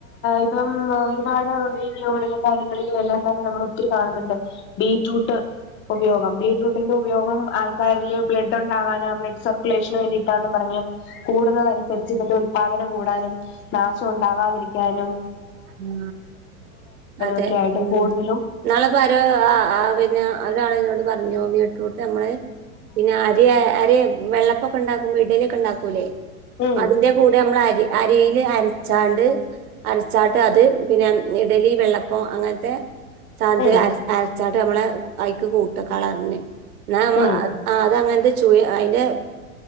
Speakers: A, on the left; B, on the right.
A: ഇപ്പം ഒരുപാട് വീഡിയോകളിലും കാര്യങ്ങളിലും എല്ലാം തന്നെ നമ്മള് ഒത്തിരി കാണുന്നുണ്ട് ബീട്രൂട്ട് ഉപയോഗം ബീട്രൂട്ടിന്റെ ഉപയോഗം ആൾക്കാരില് ബ്ലഡ് ഉണ്ടാവാനോ ബ്ലഡ് സർക്കുലേഷന് വേണ്ടിയിട്ടാന്ന് പറഞ്ഞ് കൂടുന്നുന്നത് അനുസരിച്ച് ഇതിന്റെ ഉല്പാദനം കൂടാനും നാശം ഉണ്ടാവാതിരിക്കാനും
B: ആ അതെ
A: ഒക്കെ ആയിട്ട്
B: ഉം
A: കൂടുതലും
B: ഇന്നാള്പ്പാരോ ആ ആ പിന്നെ ഒരാളെന്നോട് പറഞ്ഞു വീ ട്രൂട്ട് നമ്മള് പിന്നെ അരി അര വെള്ളപ്പംഒക്കെ ഉണ്ടാക്കുമ്പോ ഇഡ്ഡലിയൊക്കെ ഇണ്ടാക്കൂലേ
A: ഉം
B: അതിന്റെ കൂടെ നമ്മള് അരി അരിയില് അരച്ചാണ്ട് അര ചാട്ട് അത് പിന്നെ ഇഡലി വെള്ളപ്പം അങ്ങനത്തെ ചാന്ത്
A: ഉം
B: അര അരച്ചാട്ട് ഞമ്മളെ അയ്ക്ക് കൂട്ട കളറിന് ന അമ
A: ഉം
B: അ അതങ്ങനെ അതിന്റെ ചുയ അതിന്റെ